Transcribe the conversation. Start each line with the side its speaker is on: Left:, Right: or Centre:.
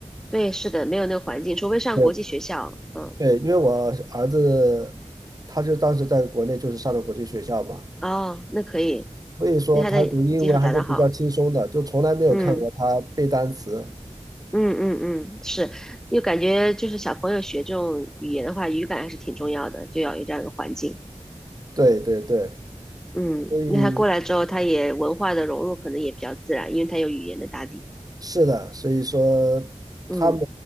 Centre: 对，是的，没有那个环境，除非上国际学校，
Right: 对
Centre: 嗯。
Right: 对，因为我儿子他就当时在国内就是上的国际学校嘛，
Centre: 哦，那可以，
Right: 所以说他读英文还是比较轻松的，
Centre: 那他的基础打得好。
Right: 就从来没有看过他背单词。
Centre: 嗯嗯嗯嗯，是，又感觉就是小朋友学这种语言的话，语感还是挺重要的，就要有这样一个环境。
Right: 对对对，
Centre: 嗯，
Right: 所以
Centre: 那他过来之后，他也文化的融入可能也比较自然，因为他有语言的打底。
Right: 是的，所以说他们，
Centre: 嗯